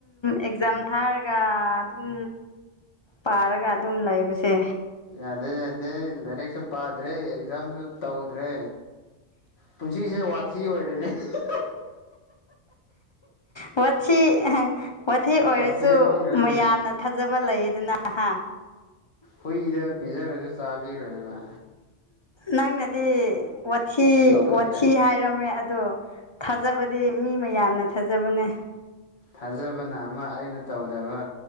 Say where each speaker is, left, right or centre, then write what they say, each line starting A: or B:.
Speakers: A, on the left (about 40°); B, on the left (about 60°).
A: ꯑꯦꯛꯖꯥꯝ ꯊꯥꯔꯒ ꯑꯗꯨꯝ ꯄꯥꯔꯒ ꯑꯗꯨꯝ ꯂꯩꯕꯁꯦ
B: ꯌꯥꯗꯦ ꯌꯥꯗꯦ ꯂꯥꯏꯔꯤꯛꯁꯨ ꯄꯥꯗ꯭ꯔꯦ ꯑꯦꯛꯖꯥꯝꯁꯨ ꯇꯧꯗ꯭ꯔꯦ ꯄꯨꯟꯁꯤꯁꯦ ꯋꯥꯊꯤ ꯑꯣꯏꯔꯦꯅꯦ ꯍꯤꯍꯤꯍꯤ
A: ꯑꯍꯤꯍꯤꯍꯤꯍꯤꯍꯤ ꯋꯥꯊꯤ ꯋꯥꯊꯤ ꯑꯣꯏꯔꯁꯨ
B: ꯋꯥꯊꯤ ꯑꯣꯟꯈ꯭ꯔꯦꯅꯦ
A: ꯃꯌꯥꯝꯅ ꯊꯥꯖꯕ ꯂꯩ ꯑꯗꯨꯅ ꯑꯍ
B: ꯍꯣꯏ ꯗ ꯄꯤꯖꯥꯔꯒ ꯈꯦꯕ
A: ꯅꯪꯅꯗꯤ ꯋꯥꯊꯤ
B: ꯂꯧꯈꯠꯄ
A: ꯋꯥꯊꯤ ꯍꯥꯏꯔꯝꯃꯦ ꯑꯗꯣ ꯊꯥꯖꯕꯗꯤ ꯃꯤ ꯃꯌꯥꯝꯅ ꯊꯥꯖꯕꯅꯦ
B: ꯊꯥꯖꯕꯅ ꯑꯃ ꯑꯩꯅ ꯇꯧꯗꯕ